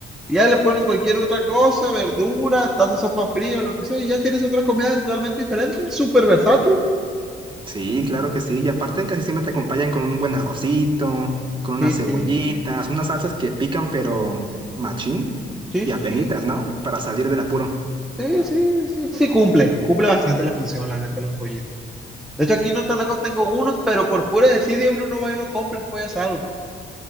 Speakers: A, in the centre; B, on the right.
A: y ya le pones cualquier otra cosa, verdura, taza de sopa fría, lo que sea, y ya tienes otra comida totalmente diferente. Súper versátil.
B: Sí, claro que sí. Y aparte casi siempre te acompañan con un buen arrocito, con unas
A: Sí, sí,
B: cebollitas, unas salsas que pican, pero machín
A: sí,
B: y
A: sí,
B: apenitas,
A: sí.
B: ¿no? Para salir del apuro.
A: Sí, sí, sí, sí cumple, cumple bastante la función, la neta, los pollitos. De hecho, aquí no tan lejos tengo unos, pero por pura desidia uno no va y lo compra el pollo asado,